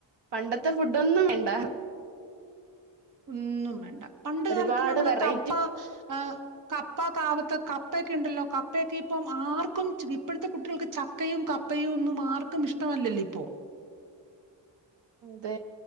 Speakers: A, on the right; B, on the right.
A: പണ്ടത്തെ ഫു ടൊന്നും വേണ്ട
B: ഒന്നുംവേണ്ട പണ്ട്
A: ഒരുപാട്
B: കാലത്ത് നമ്മള്
A: വെറൈറ്റി
B: കപ്പ അഹ് കപ്പ കവത്ത് കപ്പെയ്ക്കണ്ടല്ലോ കപ്പെയ്കിപ്പം ആർക്കും ചിൽ ഇപ്പൾത്തെ കുട്ടികൾക്ക് ചക്കയും കപ്പയും ഒന്നും ആർക്കും ഇഷ്ട്ട വല്ലല്ലോ ഇപ്പൊ
A: തെ